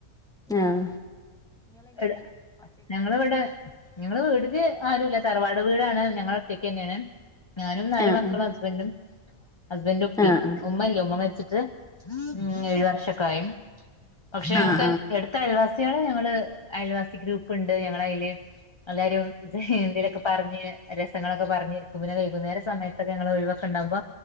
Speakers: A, in the centre; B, on the left.
A: ആഹ
B: ട ഞങ്ങള ഇവിടെ ഞങ്ങള് വീട്ക്ക് ആരും ല്ല തറവാട് വീടാണ് ഞ മൊക്ക തന്നെയാണ് ഞാനും നാല്
A: ആഹ്
B: മക്കളും ഹസ്ബൻഡും ഹസ്ബന്റ് ഉപ്പി
A: ആഹ്
B: ഉമ്മല്ലേ ഉമ്മ മരിച്ചിട്ട് ഉ ഏഴു വർഷക്കായും പക്ഷെ
A: ആഹ്
B: ഞങ്ങക്ക് എടുത്ത അയൽവാസികൾ ഞങ്ങള് അയിവാസി ഗ്രൂപ്പ്ണ്ട് ഞങ്ങള അതിൽ എല്ലരും എന്തലൊക്കെ പറഞ്ഞ് രസങ്ങളൊക്കെ പറഞ് വൈകുനേര സമയത്തൊക്കെ ഞങ്ങൾ ഒഴിവക്കെണ്ടാക്പോ